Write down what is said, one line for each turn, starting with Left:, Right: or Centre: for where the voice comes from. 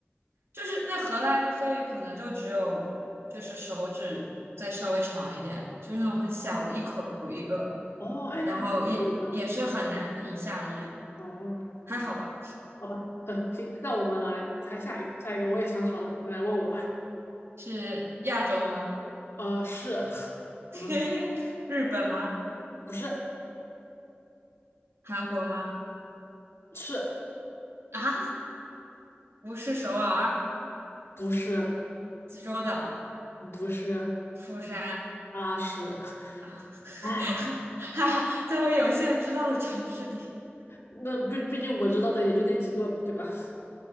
Right: 就是那荷兰的鲱鱼可能就只有就是手指再稍微长一点，就是那种很小的，一口一个，
Left: 哦，哎，
Right: 然后也也是很难以下咽，
Left: 那还不一样的。哦，
Right: 还好吧？
Left: 行，吧，好吧，<laughs> 嗯，行，那我们来猜下一个，下一个我也想好了，你来问我吧。
Right: 是亚洲吗？
Left: 呃，是，嗯，
Right: <laughs> 日本吗？
Left: 不是，
Right: 韩国吗？
Left: 是，
Right: 啊，不是首尔、
Left: 不是，
Right: 济州岛、
Left: 不是，
Right: 釜山
Left: 啊，是，
Right: 啊，
Left: 哎，
Right: <laughs> 还好在我有限知道的城市里。
Left: 那毕毕竟我知道的也就那几个嘛，对吧？